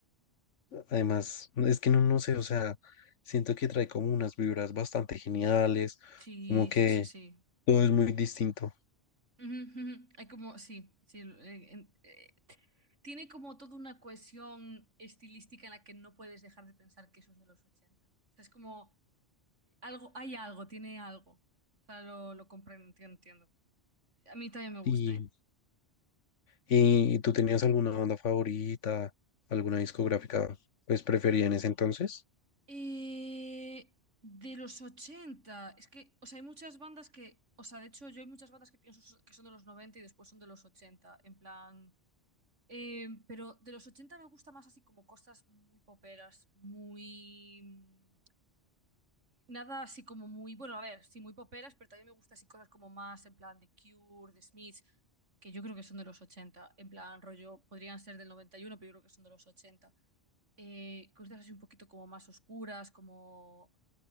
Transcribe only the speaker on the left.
Además, no, es que no, no sé, o sea, siento que trae como unas vibras bastante geniales,
como
que
todo es muy distinto.
Y,
y, ¿tú tenías alguna banda favorita, alguna discográfica, pues preferida en ese entonces?